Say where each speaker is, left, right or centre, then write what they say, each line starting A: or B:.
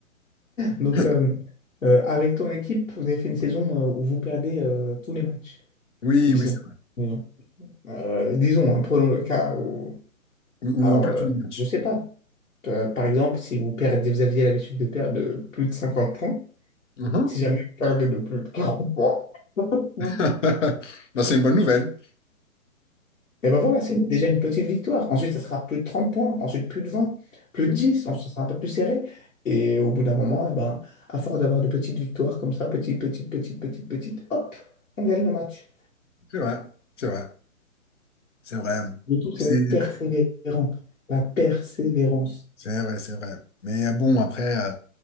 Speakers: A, on the left; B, on the left.
A: Donc,
B: <gasps>
A: euh,
B: <laughs>
A: euh, avec ton équipe, vous avez fait une saison euh, où vous perdez euh, tous les matchs,
B: oui,
A: disons.
B: oui, c'est vrai.
A: Disons, Euh, disons, hein, prenons le cas où...
B: Ou,
A: Alors,
B: ou on perd
A: euh,
B: tous les matchs.
A: je sais pas. Euh, par exemple, si vous perdez, vous aviez l'habitude de perdre de plus de 50 points,
B: Mhm.
A: si jamais vous perdez de plus de 40 points, <laughs>
B: <laughs> Ben, c'est une bonne nouvelle.
A: Et ben voilà, c'est déjà une petite victoire. Ensuite, ça sera plus de 30 points, ensuite plus de 20, plus
B: Oui,
A: de 10, ensuite ça sera un peu plus serré. Et au bout d'un moment, et ben, à force d'avoir de petites victoires comme ça, petite, petite, petite, petite, petite, hop, on gagne le match.
B: c'est vrai, c'est vrai, c'est vrai.
A: Le tout, c'est
B: C'est
A: d'être persévérant, la persévérance.
B: C'est vrai, c'est vrai. Mais euh, bon, après, euh,